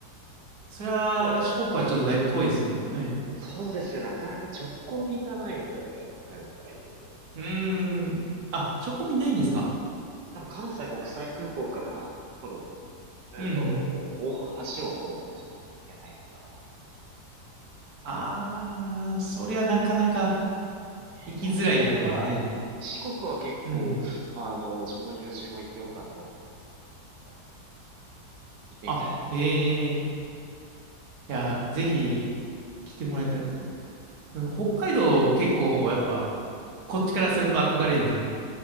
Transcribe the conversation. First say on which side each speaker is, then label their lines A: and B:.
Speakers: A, on the right (about 60°); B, on the right (about 85°).
A: そりゃ、
B: なので、
A: 四国はちょっとだいぶ遠いですね。
B: ええ
A: はい。う
B: そうですね、なかなか直行便がないので、北海道から行ける。
A: ーん。あ、チョコビないんですか
B: 多分関西国際空港から、今度、うんと、
A: うんうん。
B: 大橋を通ってじゃないといけないのかな
A: あー、それはなかなか
B: えー、
A: 行きづらいとこですね。
B: でもちょっとやっぱ、四国は結構、
A: うん。
B: あの、自分の友人は行ってよかったって話す方多かったので、行ってみたいなと思います
A: あ、へえ。いや、ぜひ来てもらえたらと。北海道結構やっぱ、こっちからすると憧れですね。